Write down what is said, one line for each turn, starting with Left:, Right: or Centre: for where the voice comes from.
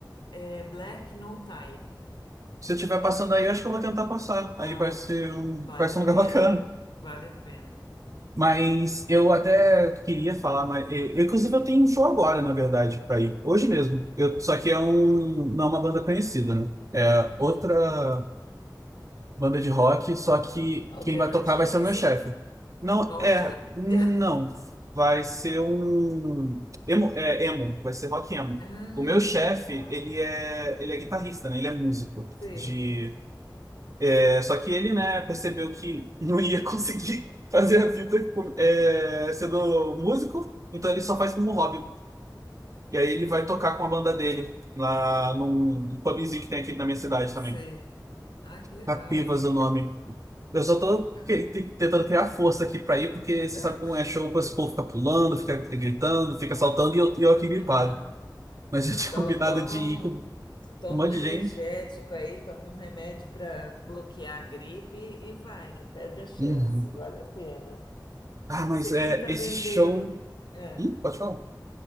Left: é Black No Tie.
Right: Se eu estiver passando aí, eu acho que eu vou tentar passar. Aí
Left: Ah,
Right: vai ser um,
Left: vale
Right: vai ser
Left: a
Right: um lugar
Left: pena.
Right: <laughs> bacana.
Left: Vale a pena.
Right: Mas eu até queria falar, mas eu- inclusive eu tenho um show agora, na verdade, para ir. Hoje mesmo. Eu, só que é um, não é uma banda conhecida, né? É
Left: Hum.
Right: outra. banda de rock, só que
Left: Alternativa,
Right: quem vai tocar vai ser o meu
Left: sim?
Right: chefe. Não,
Left: Oxa!
Right: é. Não.
Left: <laughs>
Right: Vai ser um. Emo, é, emo. Vai ser rock emo.
Left: Ah,
Right: O meu chefe, ele é, ele é guitarrista, né? Ele é músico.
Left: sei.
Right: De, é, só que ele, né, percebeu que <laughs> não ia conseguir <laughs> fazer a vida tipo, é, sendo músico, então ele só faz como hobby. E aí ele
Left: Hum.
Right: vai tocar com a banda dele lá num pubzinho que tem aqui na minha cidade também.
Left: Sei. Ah, que legal.
Right: Capivas é o nome. Eu só tô
Left: Ca-
Right: que- te- tentando criar força aqui pra ir, porque você
Left: <laughs>
Right: sabe como é show, esse povo fica pulando, fica gritando, fica saltando e eu, e eu aqui gripado.
Left: Aham.
Right: Mas
Left: Ah,
Right: eu tinha
Left: to-
Right: <laughs> combinado
Left: toma
Right: de ir com
Left: um, tu toma
Right: com um monte
Left: um energético
Right: de gente.
Left: aí, toma um remédio para bloquear a gripe e vai, não perde a chance,
Right: Uhum.
Left: vale a pena.
Right: Ah, mas
Left: Se
Right: é,
Left: quem também
Right: esse show.
Left: veio. no- É,
Right: Hum, pode falar.